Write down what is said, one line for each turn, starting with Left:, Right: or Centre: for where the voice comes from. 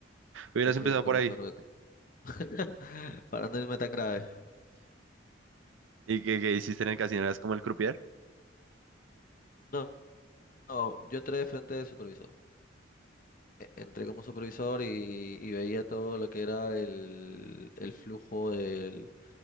Right: hubieras
Left: He sido
Right: empezado
Left: supervisor
Right: por ahí.
Left: de... <laughs> para no irme tan grave.
Right: ¿Y qué, qué hiciste en el casino? ¿Eras como el croupier?
Left: No, no, yo entré de frente de supervisor. E- Entré como supervisor y, y veía todo lo que era el, el flujo del,